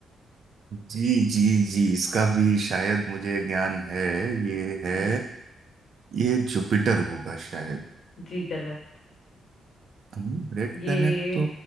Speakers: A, on the right; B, on the left.
A: जी जी जी इसका भी शायद मुझे ज्ञान है ये है
B: जी
A: ये जुपिटर होगा शायद
B: जी गलत
A: हम्म, रेड
B: ये
A: प्लेनेट तो